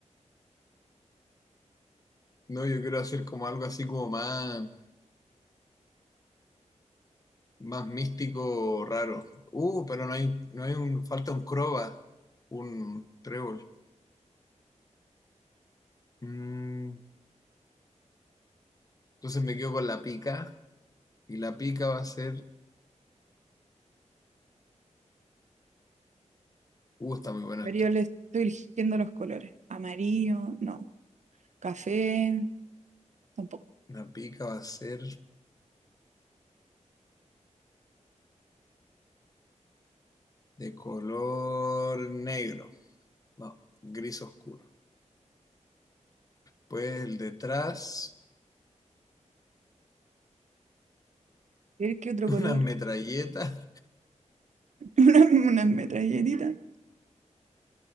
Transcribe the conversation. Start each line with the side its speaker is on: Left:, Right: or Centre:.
Left: No, yo quiero hacer como algo así como más, más místico, raro. Uh, pero no hay, no hay un, falta un croba, un trébol. Mm, entonces me quedo con la pica. Y la pica va a ser. Uh, está muy bueno
Right: A
Left: esto.
Right: yo le estoy eligiendo los colores. Amarillo, no. Café, tampoco.
Left: La pica va a ser de color negro. No, gris oscuro. Pues el detrás,
Right: A ver qué otro
Left: <laughs>
Right: color.
Left: una metralleta.
Right: <laughs> Una, una metralletitas.